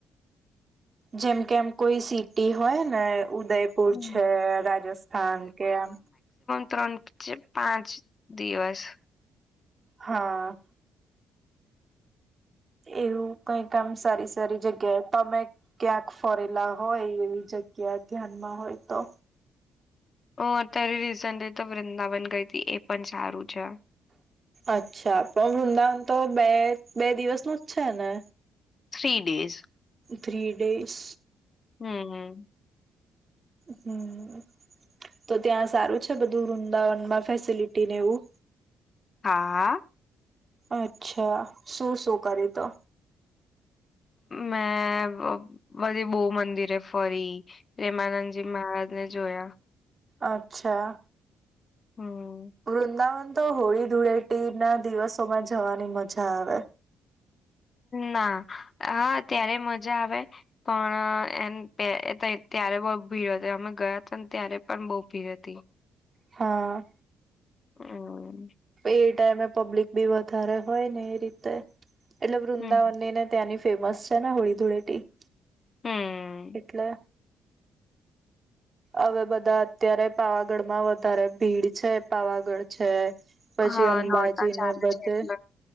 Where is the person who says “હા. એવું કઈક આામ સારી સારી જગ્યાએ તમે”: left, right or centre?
Right